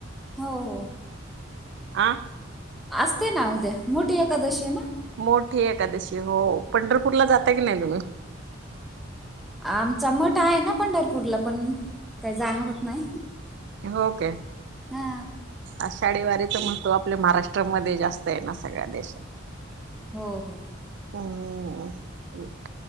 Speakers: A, in the centre; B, on the right.
A: हो हो
B: आ.
A: असते ना उद्या, मोठीे एकादशीय ना.
B: मोठी एकादशी हो, पंढरपूरला जाता की नाही तुम्ही.
A: आमचा मोठा आहे ना पंढरपूरला पण काही जाणं होत नाही.
B: हो काय.
A: हा
B: आषाढी वारीच महत्व आपल्या महाराष्ट्रामध्ये जास्त आहे ना सगळ्या देशात.
A: हो हो.
B: हम ह.